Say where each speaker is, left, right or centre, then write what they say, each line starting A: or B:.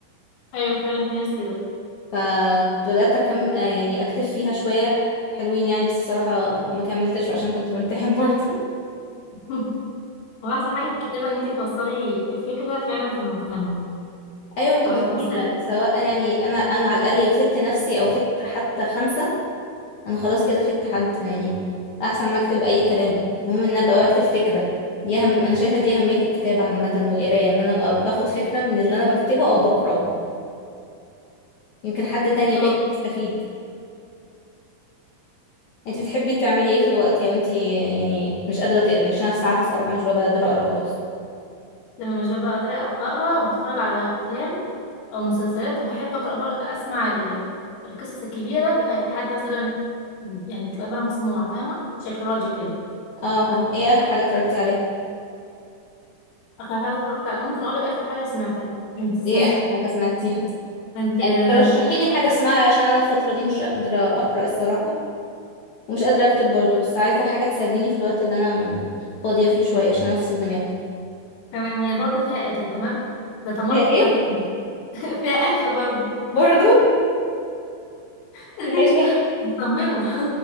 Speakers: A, on the left; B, on the left.
A: أيوة فعلا في ناس كده
B: فكنت بدأت أكم آه يعني أكتب فيها شوية حلوين يعني بس بصراحة ما كملتش عشان كنت بمتحن برضه
A: <laughs> هو أحسن حاجة في الكتابة إن أنتي توصلي فكرة فعلا في المجتمع
B: <laughs> أيوة بتبقى
A: تعرفي
B: مفيدة
A: توصليه
B: سواء يعني أنا أنا على الأقل لو فدت نفسي أو فدت حتى خمسة انا خلاص كده في اتحاد يعني احسن ما اكتب اي كلام المهم ان ابقى بكتب فكره دي اهم انا شايفه دي اهميه الكتابه عامه والقرايه ان انا ابقى باخد فكره من اللي انا بكتبه او بقراه يمكن حد تاني
A: اه
B: غيري
A: فعلا.
B: يستفيد انت بتحبي تعملي ايه في الوقت لو انت يعني مش قادره تقري عشان انا ساعات الصراحه مش ببقى قادره اقرا خالص
A: لما مش ببقى قادرة أقرأ بتفرج على أفلام أو مسلسلات وبحب أقرأ بر... أسمع ال... القصص الكبيرة بيبقى في حد مثلا يعني بتبقى بقى مسموعة فاهمة شكل راديو كده
B: اه فاهم ايه اخر حاجه اتفرجتي عليها
A: اخر حاجه اتفرجت على ممكن اقول لك اخر حاجه سمعتها كنت سمعت
B: ايه اخر حاجه سمعتيها <laughs>
A: كنت آه،
B: يعني رشحي لي حاجه اسمعها عشان انا الفتره دي مش قادره اقرا الصراحه ومش قادره اكتب برضه بس عايزه حاجه تسليني في الوقت اللي انا فاضيه فيه شويه عشان افصل دماغي
A: تمام هي برضه فيها قتل تمام ده تمر
B: هي ايه
A: في الطريق الم- <laughs> فيها قتل برضه
B: برضو
A: <laughs>
B: ماشي احكي
A: مصممه